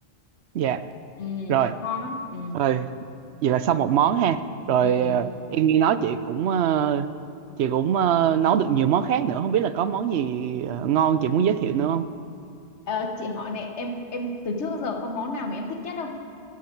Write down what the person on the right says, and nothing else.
dạ
rồi
rồi vậy là xong một món ha rồi
ờ, em nghe nói chị cũng ờ, chị cũng ờ, nấu được nhiều món khác nữa không biết là có món gì ờ, ngon chị muốn giới thiệu nữa không